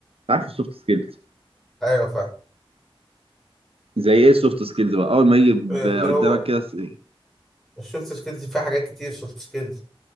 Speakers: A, on the right; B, in the centre.
A: عارف السوفت سكيلز
B: أيوه فاهم
A: زي ايه السوفت سكيلز بقى اول ما يجي ب-
B: آه، اللي هو
A: قدامك كده س-
B: السوفت سكيلز فيها حاجات كتير سوفت سكيلز